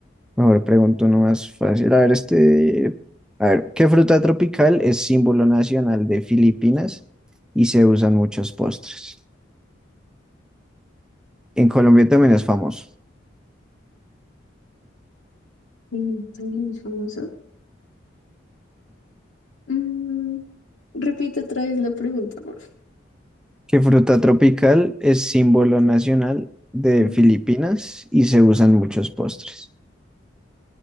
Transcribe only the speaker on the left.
Mm, También es famoso. Mm, repite otra vez la pregunta, por
favor.